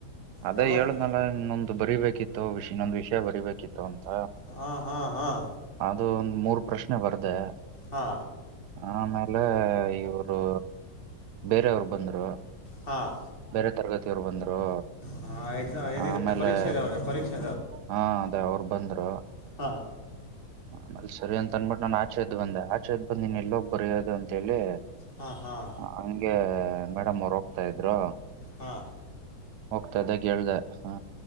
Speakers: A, on the right; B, on the left.
A: ಅದೇ
B: ಯಾವತ್ತು
A: ಹೇಳ್ನಲ್ಲ ಇನ್ನೊಂದು ಬರಿಬೇಕಿತ್ತುಷ್ ಇನ್ನೊಂದ್ ವಿಷಯ ಬರಿಬೇಕಿತ್ತು ಅಂತ
B: ಹಾಂ ಹಾಂ ಹಾಂ
A: ಅದು ಒಂದ ಮೂರ್ ಪ್ರಶ್ನೆ ಬರ್ದೆ
B: ಹಾ
A: ಆಮೇಲೆ ಇವರು ಬೇರೆಯವರು ಬಂದರು.
B: ಹಾಂ
A: ಬೇರೆ ತರಗತಿಯವ್ರು ಬಂದರು.
B: ಹಾಂ ಎಕ್ಸಾಮ್ ಇದಿದೆ
A: ಆಮೇಲೆ
B: ಪರೀಕ್ಷೆ ಇದೆ ಅವ್ರಿಗೆ ಪರೀಕ್ಷೆ
A: ಹಾ ಅದೇ ಅವರು ಬಂದ್ರು.
B: ಹಾ.
A: ನ ಅಲ್ಲಿ ಸರಿ ಅಂತ ಅನ್ಬಿಟ್ಟು ನಾನ ಆಚೆದ ಬಂದೆ ಆಚೆದ್ ಬಂದಿ ನೀನ್ ಎಲ್ಲೋಗ್ ಬರಯೋದು ಅಂತ ಹೇಳಿ.
B: ಹಾಂ ಹಾಂ
A: ಹಂಗೆ ಮೇಡಮ್ ಅವರು ಹೋಗ್ತಾ ಇದ್ರು.
B: ಹಾ.
A: ಹೋಗ್ತಾದಾಗ ಹೇಳ್ದ ಆ